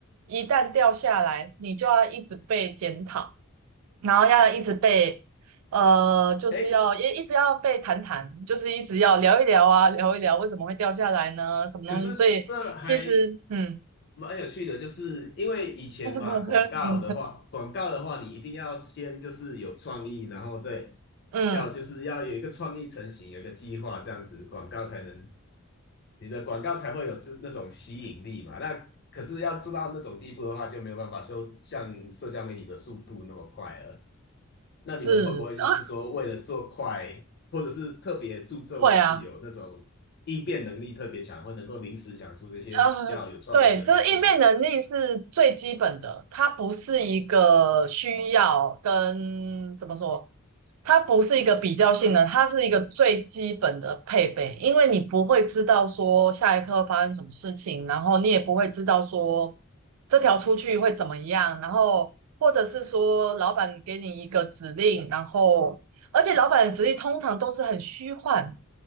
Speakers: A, on the right; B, on the left.
A: 一旦掉下来，你就要一直被检讨。然后要一直被，呃，就是要一一直要被谈谈，
B: 哎，
A: 就是一直要聊一聊啊，聊一聊为什么会掉下来呢？什么东西？
B: 可是这还
A: 所以其实，嗯
B: 蛮有趣的，就是因为以前嘛，
A: <laughs>
B: 广告的话，广告的话，你一定要先就是有创意，然后再
A: 嗯，
B: 要就是要有一个创意成型，有一个计划，这样子广告才能你的广告才会有这那种吸引力嘛。那可是要做到那种地步的话，就没有办法说像社交媒体的速度那么快了。
A: 是
B: 那你们会不会就是说为了做快，
A: 的，
B: 或者是特别注重就是有那种应变能力特别强，
A: 会啊。
B: 或能够临时想出这些比较有创意的东西的人？
A: 呃，对，就是应变能力是最基本的，它不是一个需要跟怎么说，它不是一个比较性的，它是一个最基本的配备，因为你不会知道说下一刻会发生什么事情，然后你也不会知道说这条出去会怎么样，然后或者是说老板给你一个指令，然后而且老板的指令通常都是很虚幻。